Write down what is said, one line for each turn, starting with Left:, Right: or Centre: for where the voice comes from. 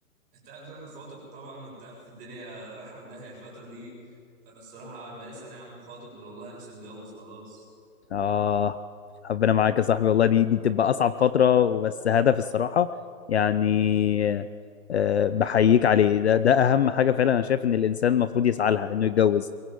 Right: انت عارف انا خاطب طبعا وانت عارف الدنيا رايحه في داهيه الفتره دي فانا الصراحه انا بقالي سنه يا عم خاطب والله نفسي اتجوز خلاص
Left: آه ربنا معاك يا صاحبي والله دي دي بتبقى أصعب فترة وبس هدف الصراحة يعني آه بحييك عليه ده ده أهم حاجة فعلا أنا شايف إن الإنسان المفروض يسعى لها إنه يتجوز